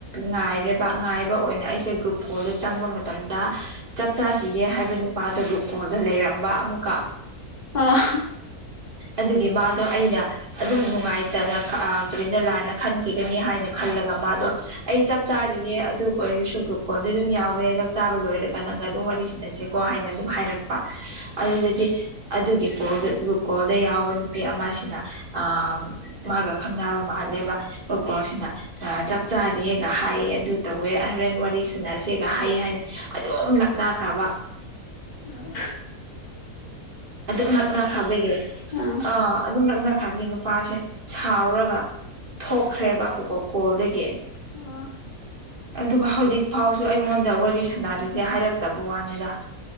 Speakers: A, on the right; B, on the left.
A: ꯉꯥꯏꯔꯦꯕ ꯉꯥꯏꯕ ꯑꯣꯏꯅ ꯑꯩꯁꯦ ꯒ꯭ꯔꯨꯞ ꯀꯣꯜꯗ ꯆꯪꯕ ꯃꯇꯝꯗ ꯆꯥꯛ ꯆꯥꯈꯤꯒꯦ ꯍꯥꯏꯕ ꯅꯨꯄꯥꯗꯨ ꯒ꯭ꯔꯨꯞ ꯀꯣꯜꯗ ꯂꯩꯔꯝꯕ ꯑꯃꯨꯛꯀ
B: ꯑꯥ
A: ꯑꯗꯨꯒꯤ ꯃꯥꯗꯣ ꯑꯩꯅ ꯑꯗꯨꯝ ꯅꯨꯡꯉꯥꯏꯇꯅ ꯑ ꯀꯔꯤꯅ ꯂꯥꯟꯅ ꯈꯟꯈꯤꯒꯅꯤ ꯍꯥꯏꯅ ꯈꯜꯂꯒ ꯃꯥꯗꯣ ꯑꯩ ꯆꯥꯛ ꯆꯥꯔꯤꯌꯦ ꯑꯗꯨ ꯑꯣꯏꯔꯁꯨ ꯒ꯭ꯔꯨꯞ ꯀꯣꯜꯗꯤ ꯑꯗꯨꯝ ꯌꯥꯎꯋꯦ ꯆꯥꯛ ꯆꯥꯕ ꯂꯣꯏꯔ ꯅꯪꯒ ꯑꯗꯨꯝ ꯋꯥꯔꯤ ꯁꯤꯟꯅꯁꯦꯀꯣ ꯍꯥꯏꯅ ꯑꯗꯨꯝ ꯍꯥꯏꯔꯛꯄ ꯑꯗꯨꯗꯗꯤ ꯑꯗꯨꯒꯤ ꯀꯣꯜꯗ ꯒ꯭ꯔꯨꯞꯀꯣꯜꯗ ꯌꯥꯎꯕ ꯅꯨꯄꯤ ꯑꯃꯁꯤꯅ ꯑꯥ ꯃꯥꯒ ꯈꯪꯅꯕ ꯃꯥꯜꯂꯦꯕ ꯒ꯭ꯔꯨꯞꯀꯣꯜꯁꯤꯗ ꯆꯥꯛ ꯆꯥꯔꯦꯒ ꯍꯥꯏꯌꯦ ꯑꯗꯨ ꯇꯧꯋꯦ ꯍꯣꯔꯦꯟ ꯋꯥꯔꯤꯁꯤꯅꯁꯦꯒ ꯍꯥꯏ ꯍꯥꯏꯅ ꯑꯗꯨꯝ ꯅꯛꯅꯈ꯭ꯔꯕ
B: ꯑꯥ <unintelligible>
A: ꯑꯗꯨꯝ ꯅꯛꯅꯈꯥꯕꯤꯒꯤ
B: ꯑꯥ
A: ꯑ ꯑꯗꯨꯝ ꯅꯛꯅꯈꯥꯕꯤꯒꯤ ꯅꯨ ꯅꯨꯄꯥꯁꯦ ꯁꯥꯎꯔꯒ ꯊꯣꯛꯈ꯭ꯔꯦꯕ ꯒ꯭ꯔꯨꯞꯀꯣꯜꯗꯒꯤ
B: ꯑꯣ
A: ꯑꯗꯨꯒ ꯍꯧꯖꯤꯛ ꯐꯥꯎꯁꯨ ꯑꯩꯉꯣꯟꯗ ꯋꯥꯔꯤ ꯁꯥꯟꯅꯔꯤꯁꯦ ꯍꯥꯏꯔꯛꯇꯕ ꯋꯥꯅꯤꯗ